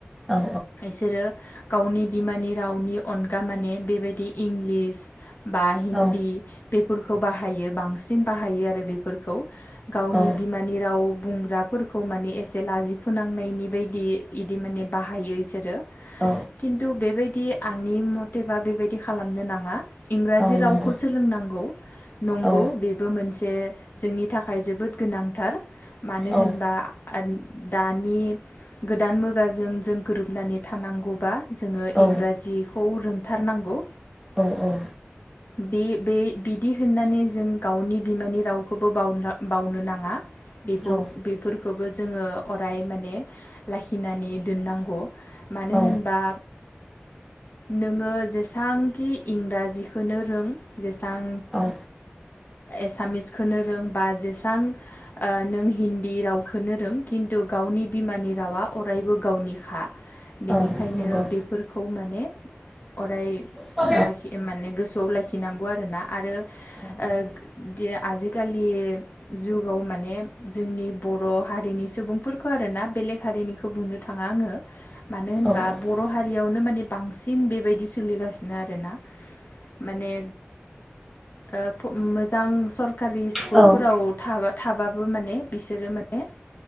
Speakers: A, in the centre; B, on the left (about 55°).
A: औ
B: इसोरो गावनि बिमानि रावनि अनगा माने बेबायदि इंलिस बा हिन्न्दी
A: औ
B: बेफोरखौ बाहायो बांसिन सिन बाहायो आरो बेफोरखौ गावनि
A: औ
B: बिमानि राव बुंग्राफोरखौ माने एसे लाजिफोनांनायनि बायदियै बिदि माने बाहायो इसोरो
A: औ
B: खिन्थु बेबायदि आंनि मथेबा बेबायदि खालामनो नाङा इंराजि
A: औ नंगौ
B: रावखौ सोलोंनांगौ नंगौ
A: औ
B: बेबो मोनसे जोंनि थाखाय जोबोद गोनांथार मानो
A: औ
B: होनबा दानि गोदान मुगाजों जों गोरोबनानै थानांगौबा जोङो
A: औ
B: इंराजिखौ रों थारनांगौ
A: औ औ
B: बे बे बि दि होननानै जों गावनि बिमानि रावखौबो बावनो नाङा बेफोरखौबो
A: औ
B: जोङो अराय माने लाखिनानै दोननांगौ मानो
A: औ
B: होनबा नोङो जेसां खि इंराजि खोनो रों जेसां
A: औ
B: एसामिसखोनो रों बा जेसां नों हिन्दी रावखोनो रों खिन्थु गावनि बिमानि रावा अरायबो गावनि खा बेनिखायनो
A: औ नंगौ
B: बेफोरखौ माने अराय
A: औ
B: लाखि माने <unintelligible> खिनांगौ आरोना आरो <unintelligible>
A: औ
B: आजिखालि जुगाव माने जोंनि बर' हारिनि सुबुंफोरखौ आरोना बेलेग हारिनिखौ बुंनो थाङा आङो मानो होनबा
A: औ
B: बर'
A: औ
B: हारियाव नो माने बांसिन बेबायदि सोलिगासिनो आरोना माने ओ फु जां सरकारि
A: औ
B: स्कुलफोराव
A: औ
B: थाबा माने बिसोरो माने